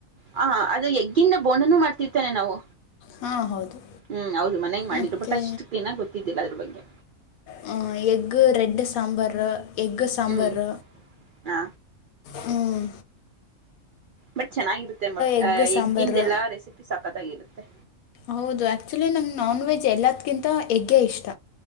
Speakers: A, on the right (about 75°); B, on the left (about 80°).
A: ಹ ಅದು ಎಗ್ಗಿಂದ ಬೋಡನು ಮಾಡ್ತಿರ್ತೇನೆ ನಾವು
B: ಹಾಂ ಹೌದು
A: ಹ್ಮ್ ಹೌದು ಮನೆಗೆ ಮಾಡಿದ್ರು
B: ಮತ್ತು
A: ಬಟ್ ಅಷ್ಟು ಕ್ಲೀನಾಗಿ ಗೊತ್ತಿದ್ದಿಲ್ಲ ಅದ್ರ ಬಗ್ಗೆ.
B: ಹ್ಮ ಎಗು ರೆಡ್ ಸಾಂಬಾರ್ ಎಗ್ ಸಾಂಬಾರ್
A: ಹ್ಮ್ ಹ
B: ಹ್ಮ್
A: ಬಟ್ ಚೆನ್ನಾಗಿರುತ್ತೆ ಮಟ್
B: ಎಗ್ ಸಾಂಬಾರು
A: ಎಗ್ಗಿಂದ ಎಲ್ಲಾ ರೆಸಿಪಿ ಸಾಕತ್ತಾಗಿರುತ್ತೆ.
B: ಹೌದು ಆಕ್ಚುಲಿ ನಂಗೆ ನಾನ್ ವೆಜ್ ಎಲ್ಲದಕಿಂತ ಎಗ್ಗೆ ಇಷ್ಟ